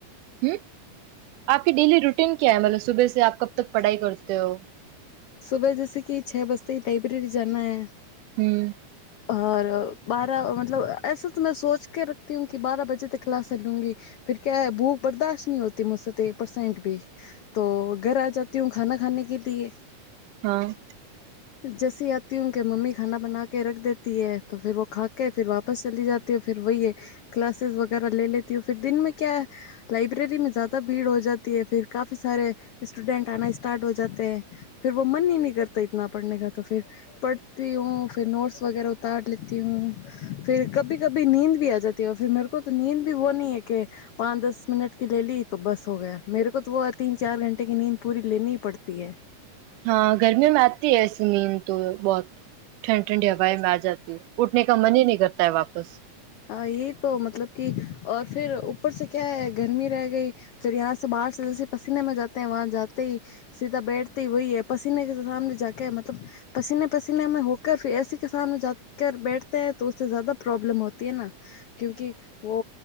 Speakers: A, on the right (about 80°); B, on the left (about 75°).
A: હમ આપકી ડેલી રૂટન ક્યા હે મતલબ સુબે સે આપ કબ તક પઢાઈ કરતે હો.
B: સુબહ જૈસે કી છે બજતે હી લાઈઇબ્રેરી જાના હૈ.
A: હમ.
B: ઓર બારા મતલબ એસા તો મે સોચ કે રખતી હું કે બારા બજે તક ક્લાસ ચ લુંંગી. ફીર ક્યા હૈ ભૂખ બર્દાશત નહી હોતી મુસે તો એક પરસેન્ટ ભી તો ઘર આ જા. તી હું ખાના ખાને કે લીએ.
A: હા.
B: જૈસી આતી હું કે મમી ખાના બના કે રખ દેતી હૈ તો ફીર વ ખાકે ફીર વા. વાપસ ચલી જાતી હું ફીર વઈ હે ક્લાસેસ વગેરા લે લેતી હોય ફીર દિન મે ક્યા. લાબ્રેરી મે જ્યાદા ભીડ હો જાતી હૈ ફીર કાફી સારે સ્ટુડેન્ટ આના સ્ટાર્ટ હો જાતેે હૈ ફીર વો મનની હી નહિ કરતા. તો ઈતના પડને કા તો ફીર પડતી હું ફીર નોટ્સ વગેરા ઉતાર લેતી હું. ફીર કભી કભી નીંદ ભી આજતી હૈ ફીર મેરે કો તો નીંદ ભી વો નહી હે કે. પાંચ દસ મિનટ કે લેલી તો બસ હો ગયા મેરે કો દો ઓર તીન ચાર ઘંન્ટે ક નીંદ પૂરી લેની પડતી હૈ.
A: હા ગરમી મે આતી હે એસી નીંદ તો બહોત ઠ ઠંડી ઠંડી હવાએ મે આ જાતી હું ઉઠને કા મન હી નહી કરતા હે વાપસ
B: હ એ તો મતલબ કે ઓર ફીર ઉપર સે ક્યા હૈ ગરમી ર ગઈ. ફીર યાહા સે બહાર જ પસીને મે જાતેે હે વહા જાતે હી. સીધા બેઠતી વહી પસીને સામને જાકે મતલબ પસીને પસીને મે હો કર આય એસસી કસાન જાર બેઠતે હ તોસે જ્યાદા પ્રોબ્લમ હોતા ના કયુકી વો